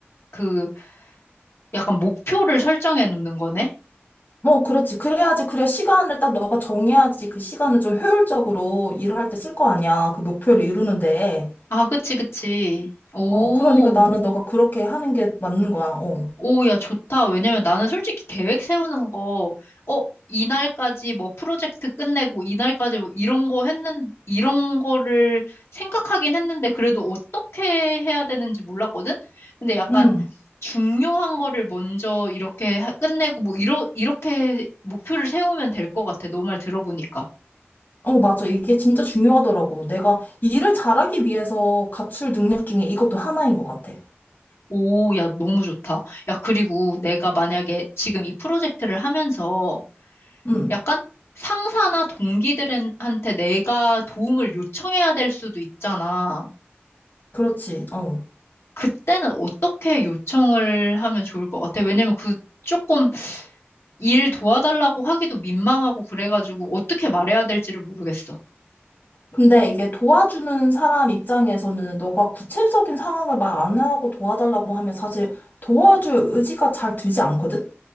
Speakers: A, on the left (about 70°); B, on the left (about 45°).
A: 그 약간 목표를 설정해 놓는 거네?
B: 뭐, 그렇지. 그래야지, 그래. 시간을 딱 너가 정해야지 그 시간을 좀 효율적으로 일을 할 때 쓸 거 아니야. 그 목표를 이루는데.
A: 아, 그치, 그치. 오,
B: 어, 그러니까 나는 너가 그렇게 하는 게 맞는 거야. 어.
A: 오, 야, 좋다. 왜냐면 나는 솔직히 계획 세우는 거, 어, 이날까지 뭐 프로젝트 끝내고 이날까지 뭐 이런 거 했는, 이런 거를 생각하긴 했는데 그래도 어떻게 해야 되는지 몰랐거든? 근데 약간
B: 응.
A: 중요한 거를 먼저 이렇게 하- 끝내고 뭐 이러, 이렇게 목표를 세우면 될 것 같아. 너 말 들어보니까.
B: 어, 맞아. 이게 진짜 중요하더라고. 내가 일을 잘하기 위해서 갖출 능력 중에 이것도 하나인 것 같아.
A: 오, 야, 너무 좋다. 야, 그리고 내가 만약에 지금 이 프로젝트를 하면서
B: 응,
A: 약간 상사나 동기들한테 내가 도움을 요청해야 될 수도 있잖아.
B: 그렇지. 어.
A: 그때는 어떻게 요청을 하면 좋을 것 같아? 왜냐면 그 조금 일 도와달라고 하기도 민망하고 그래가지고 어떻게 말해야 될지를 모르겠어.
B: 근데 이게 도와주는 사람 입장에서는 너가 구체적인 상황을 말 안 하고 도와달라고 하면 사실 도와줄 의지가 잘 들지 않거든?